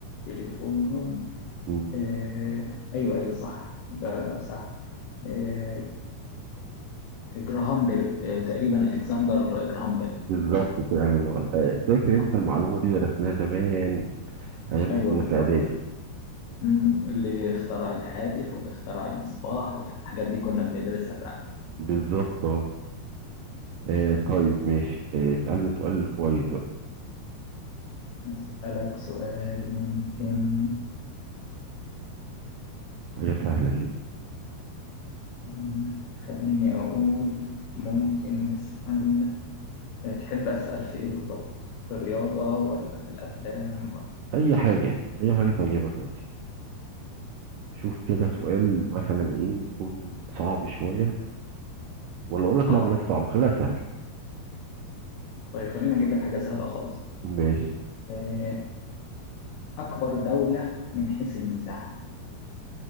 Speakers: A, on the left; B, on the right.
A: تليفون
B: مم.
A: آه. أيوه أيوه صح ده صح آه. جراهام بيل آه. تقريبا ألكسندر جراهام بيل
B: بالظبط فعلا آه، فاكر انت
A: آه.
B: المعلومه دي درسناها زمان ايام ما
A: أيوه
B: كنا
A: بالظبط
B: في اعدادي
A: مم. اللي اخترع الهاتف واللي اخترع المصباح والحاجات دي كنا بندرسها فعلا
B: بالظبط اه آه، طيب ماشي آه، اسالني سؤال كويس بقى
A: نسألك سؤال ممكن
B: حاجه سهله كده
A: مم. خليني أقول ممكن
B: مم.
A: نسأل آه، تحب أسأل في إيه بالظبط؟ في الرياضة ولا في الأفلام
B: اي حاجه اي حاجه تعجبك عادي شوف كده سؤال مثلا ايه يكون صعب شوية ولا اقول لك
A: صعب
B: لا بلاش صعب خليها سهل
A: طيب خلينا اجيب لك حاجة سهلة خالص
B: ماشي
A: آه، أكبر دولة من حيث المساحة